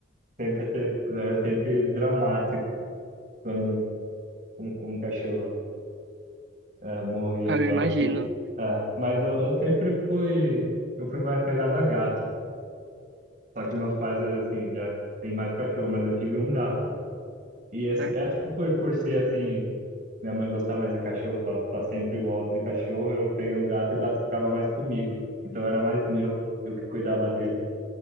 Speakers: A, on the right; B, on the right.
A: Sempre ter, era sempre dramático quando um, um um cachorro é, morria
B: Ah,
A: e
B: eu
A: tal.
B: imagino,
A: Ti- É, mas eu, eu sempre fui, eu fui mais apegado a gato. Só que meus pais, assim, já têm mais cachorro, mas eu tive um gato. E esse,
B: certo.
A: eu acho que por, por ser assim, minha mãe gostava mais de cachorro, tá, tá sempre em volta de cachorro, eu peguei um gato e o gato ficava mais comigo. Então era mais meu, eu que cuidava dele.